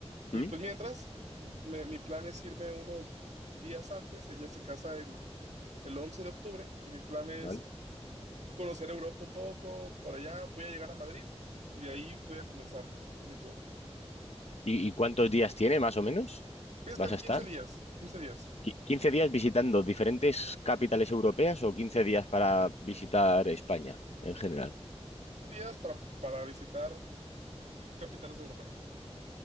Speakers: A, on the right (about 80°); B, on the left (about 70°).
A: Y
B: ¿Mm?
A: pues mientras, me- mi plan es irme unos días antes. Ella se casa el, el 11 de octubre y mi plan es
B: Vale.
A: conocer Europa un poco. Por allá voy a llegar a Madrid y de ahí voy a comenzar mi tour.
B: ¿Y, y cuántos días tiene, más o menos?
A: Voy a
B: ¿Vas
A: estar
B: a
A: quince
B: estar?
A: días, quince días.
B: Qui- ¿15 días visitando diferentes capitales europeas o 15 días para visitar España en general?
A: quince días para, para visitar capitales europeas.